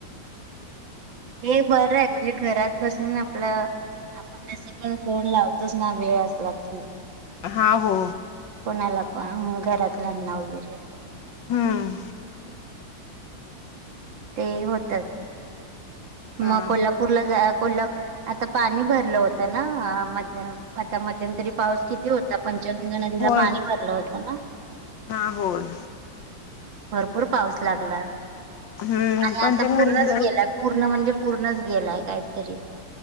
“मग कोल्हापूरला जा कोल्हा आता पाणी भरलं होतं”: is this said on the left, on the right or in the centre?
Right